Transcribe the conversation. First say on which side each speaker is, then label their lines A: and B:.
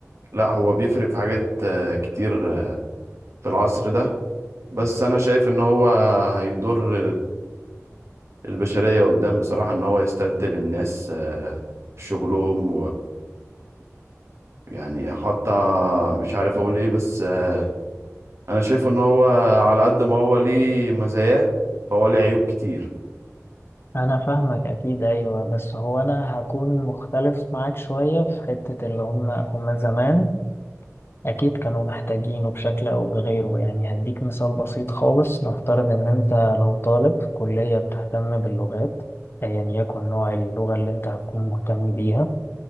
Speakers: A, on the right; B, on the left.
A: لا هو بيفرق في حاجات آه، كتير آه، في العصر ده بس انا شايف ان هو هيضر البشرية قدام بصراحة إن هو يستبدل الناس آه، في شغلهم ويعني حتى مش عارف أقول إيه بس آه، أنا شايفه إن هو على قد ما هو ليه مزاياه فهو ليه عيوب كتير
B: انا فاهمك اكيد ايوه بس هو انا هكون مختلف معاك شوية في حتة اللي هم هم زمان اكيد كانوا محتاجينه بشكل او بغيره يعني هديك مثال بسيط خالص نفترض ان انت لو طالب في كلية بتهتم باللغات ايا يكن نوع اللغة اللي انت هتكون مهتم بيها